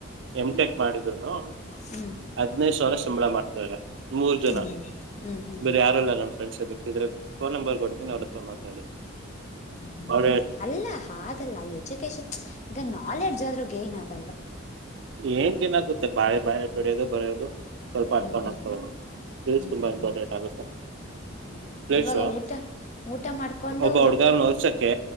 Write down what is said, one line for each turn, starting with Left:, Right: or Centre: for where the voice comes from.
Right: ಎಮ್ ಟೆಕ್ ಮಾಡಿದ್ನು
Left: ಹ್ಮ್
Right: ಹದ್ನೈದು ಸಾವಿರ ಸಂಬಳ ಮಾಡ್ತಾರೆ ಮೂರ್ ಜನ
Left: ಹ್ಮ್ ಹ್ಮ್ ಹ್ಮ್ ಹ್ಮ್
Right: ಬೇರೆ ಯಾರಲ್ಲ ನಮ್ಮ ಫ್ರೆಂಡ್ಸ್ ಬರ್ತಿದ್ರೆ ಫೋನ್ ನಂಬರ್ ಕೊಡ್ತೀನಿ ಅವ್ರ ಹತ್ರ ಮಾತಾಡಿ
Left: ಹ್ಮ್
Right: ಅವ
Left: ಅಲ್ಲ ಹಾಗಲ್ಲ ಎಜುಕೇಶನ್ ಈಗ ನಾಲೆಡ್ಜ್ ಆದ್ರೂ ಗೇನ್ ಆಗ್
Right: ಏನ್ ಚೆನ್ನಾಗುತ್ತೆ ಬಾಯ ಬಾಾಯ ಹೊಡಿಯದು ಬರೆಯೋದು ಸ್ವಲ್ಪ
Left: ಹ್ಮ್
Right: ಅರ್ಥ ಮಾಡ್ಕೊಳ್ಳೋದುಸ್
Left: ಹ್ಮ್ ಹ್ಮ್
Right: ತುಂಬಾ
Left: ಹ್ಮ್
Right: ಇಂಪೇಟ್ ಆಗುತ್ತೆ
Left: ಹ್ಮ್
Right: ಪ್ಲೇಸ್
Left: ಇವಾಗ ಊಟ ಊಟ ಮಾಡ್ಕೊಂಡು
Right: ಒಬ್ಬ ಹುಡ್ಗಾರ್ ನೋದಸಕ್ಕೆ